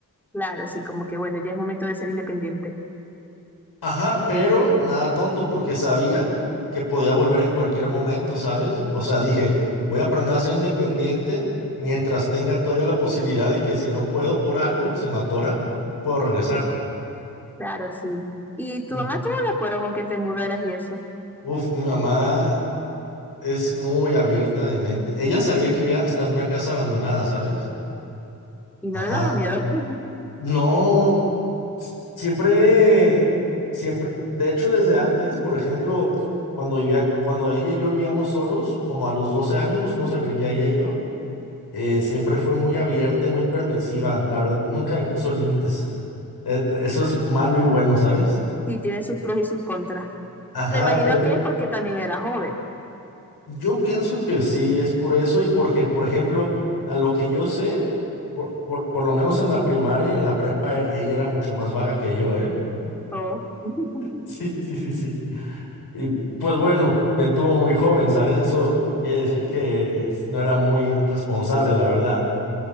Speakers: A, in the centre; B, on the left.
A: Claro, sí, como que bueno, ya es momento de ser independiente.
B: Ajá, pero nada tonto porque sabía que podía volver en cualquier momento, ¿sabes? O sea, dije, voy a aprender a ser independiente mientras tenga todavía la posibilidad de que si no puedo por algo, se me atora, puedo regresar.
A: Claro, sí. ¿Y tu
B: Ujú.
A: mamá estuvo de acuerdo con que te mudaras y eso?
B: Uf, mi mamá es muy abierta de mente. Ella sabía que vivía hasta en una casa abandonada, ¿sabes?
A: ¿Y no
B: Ajá.
A: le daba miedo? <laughs>
B: No, Siempre, siempre, de hecho, desde antes, por ejemplo, cuando vivía, cuando ella y yo vivíamos solos, como a los 12 años nos fuimos a vivir ya ella y yo, eh, siempre fue muy abierta y muy permisiva. La verdad, nunca me puso límites. Eh, Eso es malo y bueno, ¿sabes?
A: Sí, tiene sus pros y sus contras.
B: Ajá,
A: Me imagino
B: pero
A: que es porque también era joven.
B: yo pienso que sí es por eso y porque, por ejemplo, a lo que yo sé, por, por, por lo menos en la primaria y en la prepa, ella era mucho más vaga que yo, ¿eh?
A: Oh. <laughs>
B: Sí, sí, sí, sí. Y pues bueno, me tuvo muy joven, ¿sabes? Eso quiere decir que no era muy responsable, la verdad.